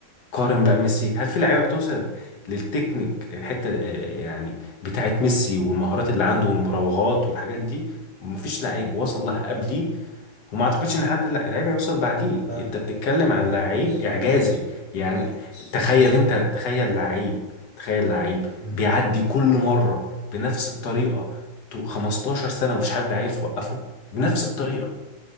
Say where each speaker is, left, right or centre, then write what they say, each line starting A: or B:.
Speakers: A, on the left; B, on the left.
A: قارن بقى ميسي هل في لعيبة بتوصل للتكنيك حتة آه، يعني بتاعت ميسي والمهارات اللي عنده والمراوغات والحاجات دي مفيش لعيب وصل لها قبلي وما اعتقدش ان حد لا- لعيب هيوصل بعديه
B: فاهمك
A: انت بتتكلم عن
B: يعني
A: لعيب
B: بص
A: اعجازي
B: بص بص
A: يعني مم. تخيل انت تخيل لعيب تخيل لعيب
B: امم
A: بيعدي كل مره بنفس الطريقه تو- 15 سنه ومفيش حد عارف يوقفه بنفس الطريقه